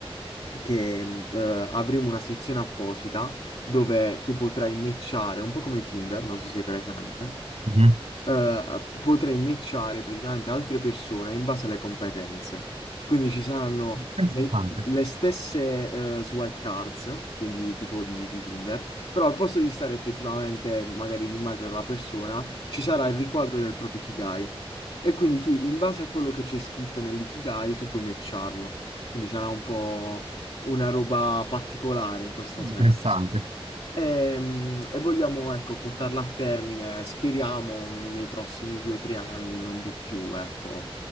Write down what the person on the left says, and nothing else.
che mm, eh, avremo una sezione apposita dove tu potrai matchare, un po' come Tinder, non so se sei presente
eh, potrei matchare praticamente altre persone in base alle competenze. Quindi ci saranno
le, le stesse eh, swipe cards, quindi tipo di, di Tinder, però al posto di stare effettivamente magari l'immagine della persona, ci sarà il riquadro del proprio Ikigai. E quindi tu, in base a quello che c'è scritto nell'Ikigai, tu puoi matcharlo. Quindi sarà un po' una roba particolare in questo
senso. Ehm, E, vogliamo, ecco, portarla a termine, speriamo, nei prossimi due o tre anni, non di più, ecco.